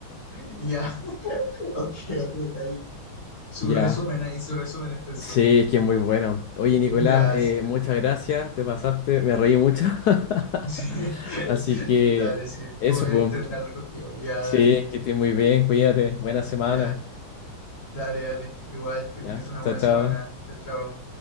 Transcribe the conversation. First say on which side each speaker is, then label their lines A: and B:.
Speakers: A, on the left (about 35°); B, on the left (about 80°).
A: <laughs> ya, <laughs> ok, ok, ahí, su
B: Ya.
A: resumen, ahí, su resumen extenso.
B: Sí, es que es muy bueno. Oye, Nicolás,
A: Ya,
B: eh,
A: sí, te
B: muchas
A: entiendo.
B: gracias,
A: <laughs>
B: te pasaste, me reí mucho. <laughs>
A: Sí,
B: Así que
A: dale, sí, estuvo
B: eso,
A: bien
B: po.
A: entretener contigo. Ya,
B: Sí,
A: dale,
B: que estés muy bien, cuídate, buena semana.
A: ya, dale, dale. Igual, que tengas
B: Ya,
A: una
B: chao,
A: buena
B: chao.
A: semana. Chao, chao.